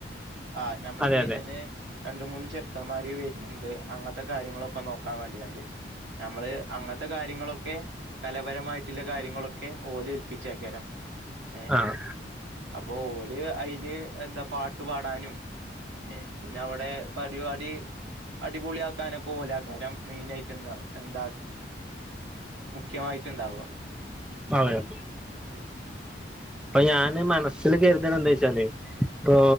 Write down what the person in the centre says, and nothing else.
അതെ
അതെ
ആഹ്
നാളെയോ
പ്പൊ ഞാന് മനസ്സില് കെര്തണതെന്താച്ചാല് ഇപ്പൊ